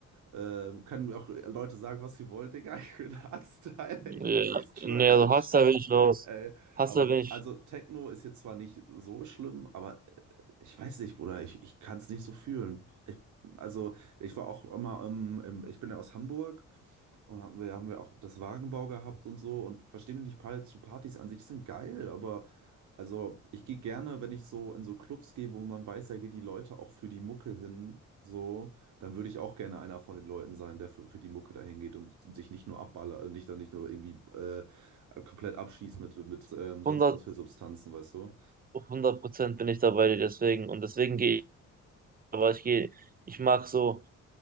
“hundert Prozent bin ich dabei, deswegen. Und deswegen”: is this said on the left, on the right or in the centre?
Right